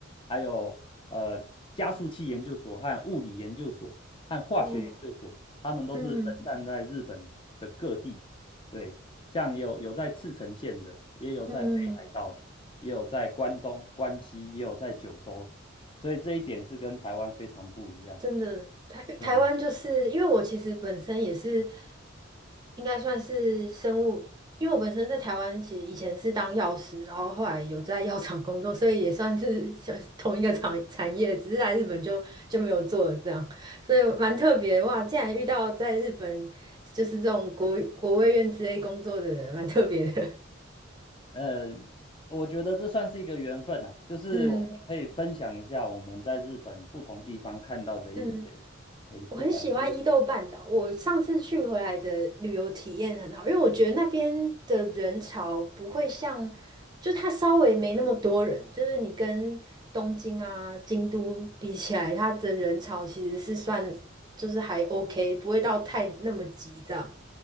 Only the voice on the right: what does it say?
哦，
嗯
嗯。
真的，台台湾就是因为我其实本身也是，
应该算是生物，因为我本身在台湾其实以前是当药师，然后后来有在药厂工作，所以也算是像同一个产产业，只是来日本就就没有做了这样，所以蛮特别哇！竟然遇到在日本就是这种国国卫院之类工作的人，蛮特别的。
<laughs> 嗯嗯。
我很喜欢伊豆半岛，我上次去回来的旅游体验很好，因为我觉得那边的人潮不会像，就是它稍微没那么多人，就是你跟东京啊、京都比起来，它的人潮其实是算就是还 OK，不会到太那么急这样